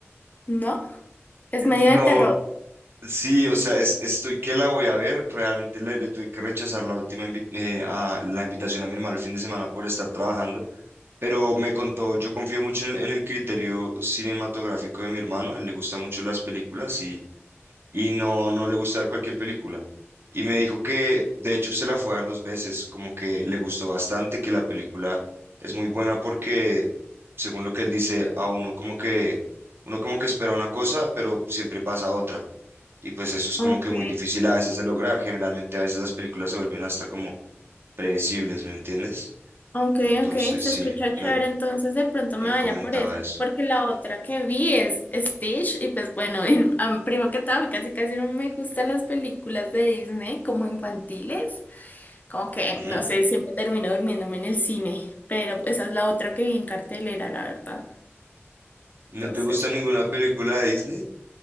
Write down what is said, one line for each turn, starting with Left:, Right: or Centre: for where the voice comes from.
Left: no, es medio
Right: no,
Left: de terror.
Right: Sí, o sea, es- estoy que la voy a ver. Realmente le, le tuve que rechazar la última invi- eh, a- la invitación a mi hermano el fin de semana por estar trabajando, pero me contó, yo confío mucho en, en el criterio cinematográfico de mi hermano, a él le gustan mucho las películas y, y no, no le gusta ver cualquier película. Y me dijo que, de hecho, se la fue a ver dos veces, como que le gustó bastante, que la película es muy buena porque, según lo que él dice, a uno como que, uno como que espera una cosa, pero siempre pasa otra. Y pues eso es
Left: Ok.
Right: como que muy difícil a veces de lograr. Generalmente a veces las películas se vuelven hasta como predecibles, ¿me entiendes?
Left: Ok,
Right: Entonces
Left: ok, se
Right: sí,
Left: escucha chévere,
Right: me,
Left: entonces de pronto
Right: me
Left: me vaya
Right: comentaba
Left: por eso,
Right: eso.
Left: porque la otra que vi es Stitch y pues bueno, en- am- primero que todo, a mí casi casi no me gustan las películas de Disney como infantiles. Como que,
Right: Ujú.
Left: no sé, siempre termino durmiéndome en el cine, pero esa es la otra que vi en cartelera, la verdad.
Right: ¿No
Left: Entonces,
Right: te gusta ninguna película de Disney?